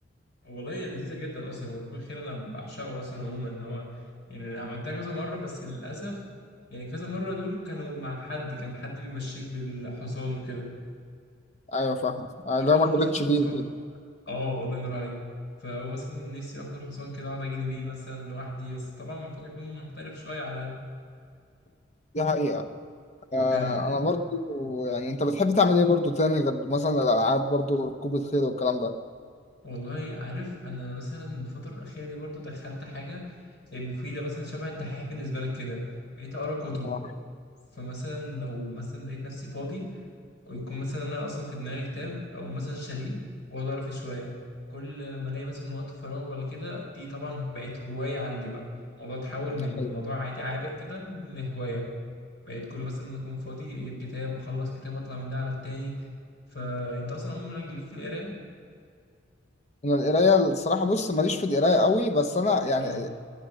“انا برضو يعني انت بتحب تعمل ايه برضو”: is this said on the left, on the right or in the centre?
Left